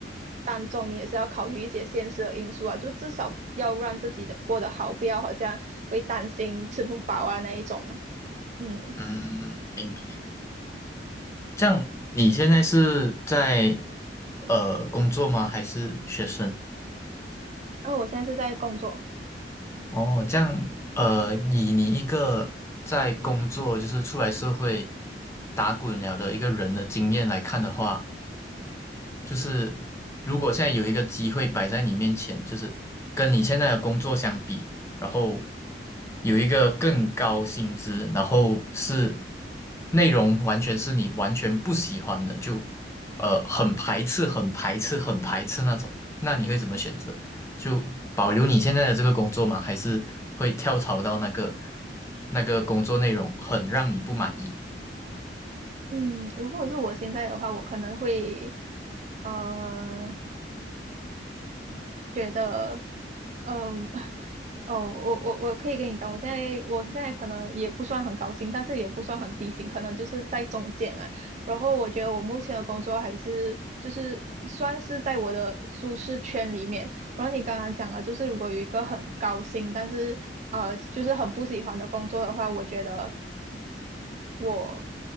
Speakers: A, on the right; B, on the left.
A: 当中，你也是要考虑一些现实的因素啊，就至少要让自己的过得好，不要好像会担心吃不饱啊那一种啊嗯，
B: 嗯，明白。这样你现在是在呃工作吗？还是学生？
A: 那我现在是在工作。
B: 哦，这样呃，以你一个在工作就是出来社会打滚了的一个人的经验来看的话。就是如果现在有一个机会摆在你面前，就是跟你现在的工作相比，然后有一个更高薪资，然后是内容完全是你完全不喜欢的，就呃很排斥、很排斥、很排斥那种，那你会怎么选择？就保留你现在的这个工作吗？还是会跳槽到那个那个工作内容很让你不满意的？
A: 嗯，如果是我现在的话，我可能会，呃，觉得，嗯，哦，我我我可以跟你讲，我现在我现在可能也不算很高薪，但是也不算很低薪，可能就是在中间嘛。然后我觉得我目前的工作还是就是算是在我的舒适圈里面。然后你刚刚讲了，就是如果有一个很高薪，但是呃，就是很不喜欢的工作的话，我觉得我